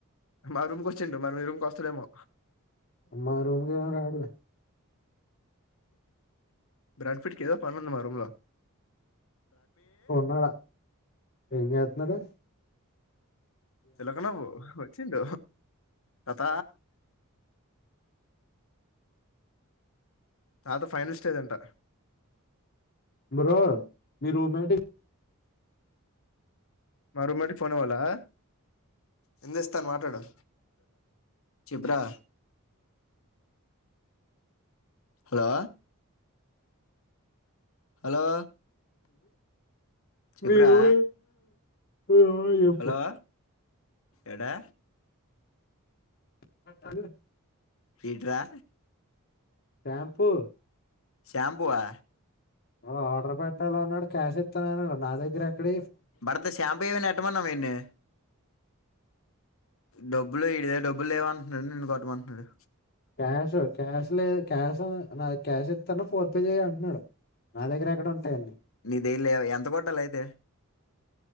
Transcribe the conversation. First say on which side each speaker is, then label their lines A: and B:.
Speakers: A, on the left; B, on the left.
A: మా రూమ్కి వచ్చిండు మరి మీ రూమ్కి వస్తడెమో
B: మా రూంకి ఏమి రాడు
A: బడ్ ఫీట్కి ఏదో పనుంది మా రూంలో
B: <unintelligible> ఎం చేతునడు
A: చిలక నవ్వు చింట కథ తాత ఫైనల్ స్టేజ్ అంట
B: బ్రో మీ <unintelligible>
A: మా రూమ్మేట్ కి ఫోన్ చేయమంటావ ఎంతేస్తాను మాట్లాడు చిబ్రా హలో హలో చెప్పురా
B: వివ వివప్పుడు
A: హలో ఎడా
B: పట్టను
A: ఏంట్రా
B: చెప్పు
A: షాంబుఆ
B: ఓ ఆర్డర్ పెట్టాల అన్నాడు క్యాష్ ఇస్తాను అన్నాడు నా దగ్గర ఎక్కడ
A: బడతే షాంపూమనాటమన్నామన్ని డబ్బులు ఇడిదైల డబ్బులు లేవంటున్నా నన్ను కొట్టమంటున్నాడు
B: కసత్ క్యాష్ లే క్యాష్ నా క్యాష్ ఇస్తాను ఫోన్పే చేయి అంటున్నాడు నా దగ్గర ఎక్కడ ఉంటాయిన్నీ
A: నీ దేలే ఎంత కొట్టాల అయితే